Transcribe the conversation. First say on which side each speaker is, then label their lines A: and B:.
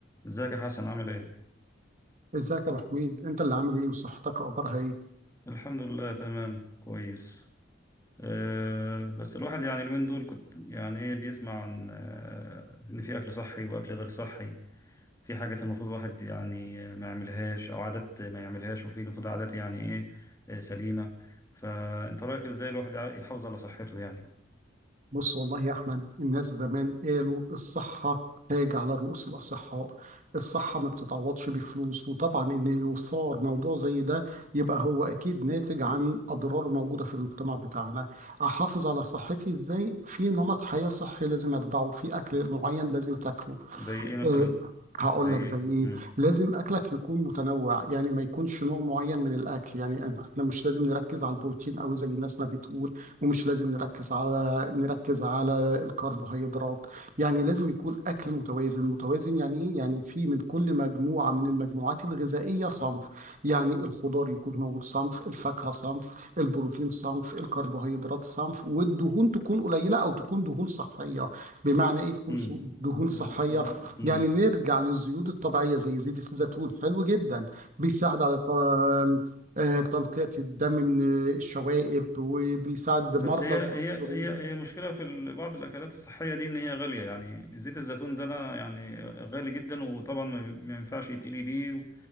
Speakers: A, on the left; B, on the right.
A: ازيك يا حسن عامل ايه؟
B: ازيك يا ابو حميد انت اللي عامل ايه وصحتك اخبارها ايه
A: الحمد لله تمام كويس أه بس الواحد يعني اليومين دول كنت يعني ايه بيسمع عن أه ان في اكل صحي واكل غير صحي في حاجات المفروض الواحد يعني آه، ما يعملهاش او عادات ما يعملهاش وفي المفروض عادات يعني ايه آه، سليمة فانت رأيك ازاي الواحد يع- يحافظ على صحته يعني
B: بص والله يا احمد الناس زمان قالوا الصحه تاج على رؤوس الاصحاء الصحه ما بتتعوضش بفلوس وطبعا ان يثار موضوع زي ده يبقى هو اكيد ناتج عن اضرار موجوده في المجتمع بتاعنا احافظ على صحتي ازاي في نمط حياه صحي لازم اتبعه في اكل معين لازم تاكله
A: زي ايه مثلا؟
B: آه، هقول
A: زي ايه؟
B: لك زي ايه
A: امم
B: لازم اكلك يكون متنوع يعني ما يكونش نوع معين من الاكل يعني أنا- احنا مش لازم نركز على البروتين قوي زي الناس ما بتقول ومش لازم نركز على نركز على الكربوهيدرات يعني لازم يكون اكل متوازن متوازن يعني ايه يعني في من كل مجموعة من المجموعات الغذائية صنف يعني الخضار يكون موجود صنف الفاكهة صنف البروتين صنف الكربوهيدرات صنف والدهون تكون قليلة او تكون دهون صحية بمعنى ايه تكون
A: امم
B: ص- دهون صحية
A: دو دو امم
B: يعني نرجع للزيوت الطبيعية زي زيت الزيتون حلو جدا بيساعد على ط- آه، تنقية الدم من الشوائب وبيساعد
A: بس
B: مرضى
A: هي
B: الكوليسترول
A: هي هي هي مشكلة في ال- بعض الأكلات الصحية دي إن هي غالية يعني زيت الزيتون ده أنا يعني غالي جدا وطبعا ما ما ينفعش يتقلي بيه و-